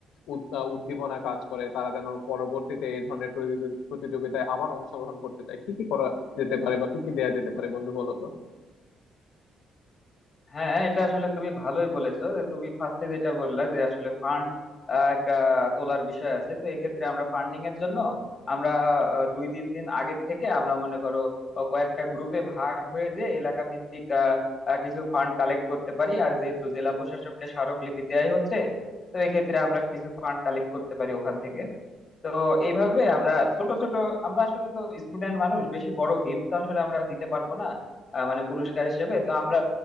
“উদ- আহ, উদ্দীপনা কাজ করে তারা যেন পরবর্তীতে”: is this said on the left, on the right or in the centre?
Left